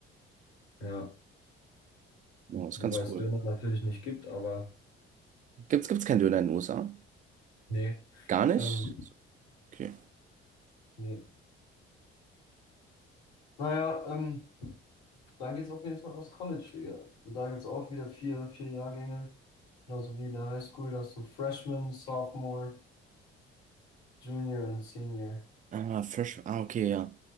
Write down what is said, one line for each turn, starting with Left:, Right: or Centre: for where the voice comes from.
Left: ja,
Right: Ja, das
Left: wobei
Right: ist ganz
Left: es
Right: cool.
Left: Döner natürlich nicht gibt, aber
Right: Gibt's, gibt's keinen Döner in den USA?
Left: nee,
Right: Gar nicht?
Left: ähm,
Right: Okay.
Left: nee. Naja, ähm, Dann geht's auf jeden Fall aufs College, Digga. Und da gibt's auch wieder vier, vier Jahrgänge. Genauso wie in der High School, da hast du Freshman, Sophomore, Junior und Senior.
Right: Ah, Fresh. Ah, okay, ja.